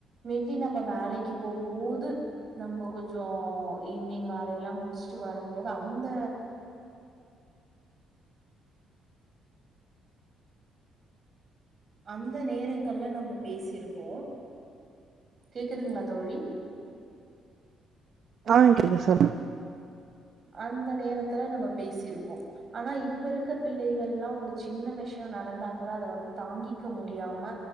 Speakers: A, on the right; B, on the right.
A: மேபி நம்ம வேலைக்கு போம்போது நம்ம கொஞ்சோ ஈவினிங் வேலை எல்லா முடிச்சுட்டு வரம்போது அந்த அந்த நேரங்கள்ல நம்ம பேசிருக்கோ கேக்குதுங்களா தோழி
B: ஆ குது சொல்
A: அந்த நேரத்துல நம்ம பேசிருப்போ ஆனா இப்ப இருக்க பிள்ளைகள்ல்லா ஒரு சின்ன விஷயோ நடந்தா கூட அத வந்து தாங்கிக்க முடியாம